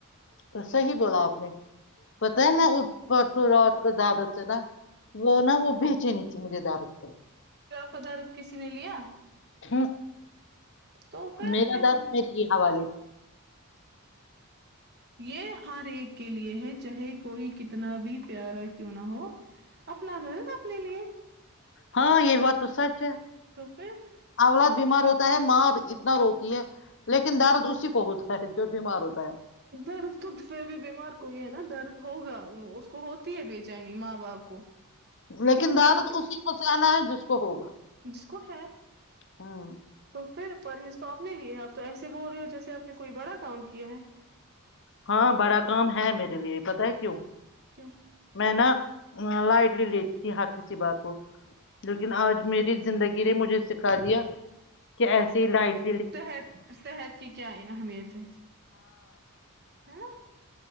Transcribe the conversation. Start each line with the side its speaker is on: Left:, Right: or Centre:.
Left: تو صحیح بولا آپ نے پتا ہے نا اس پرس رات کو دادت سے نا وہ نا وہ بیچے نہیں چمج د آارپ سر
Right: کد روپ کسی نے لیا
Left: ہ
Right: تو پھر
Left: میرا
Right: کیا
Left: درد م ہی حوالے
Right: یہ ہر ایک کے لیے ہے چاہے کہ کوئی کتنا بھی پیارا کیوں نہ ہو اپنا د د ن اپنے لیے
Left: ہاں یہ بات تو سچ ہے
Right: کفر <inaudible>
Left: اولاد بیمار ہوتا ہے ماں اتنا روتی ہے لیکن درد اسی کو ہوتا ہے جو بیمار ہوتا ہے
Right: درد تو پھر بھی بیمار کوئی ہے نا درد ہوگا کو ہوتی ہے بےچینی ماں آ کو <inaudible>
Left: لیکن
Right: درد
Left: دارد
Right: تو
Left: اسی کو سے آنا ہے جس کو ہوگا
Right: جس کو ہے
Left: ہوں
Right: تو پھر پرہیز تو اپنے لیے ہے آپ تو ایسے بول رہے ہو جیسے آپ نے کوئی بڑا کام کیا ہے
Left: ہاں بڑا کام ہے میرے لیے پتا ہے کیوں
Right: کیکوف
Left: میں نا لائٹ لے لیتی تھی ہر کسی بات کو لیکن آج میری زندگی نے مجھے سکھا دیا کہ ایسیے ہی لائٹ
Right: صحت صحت کی کیا اہمیت ہے ہاں <inaudible>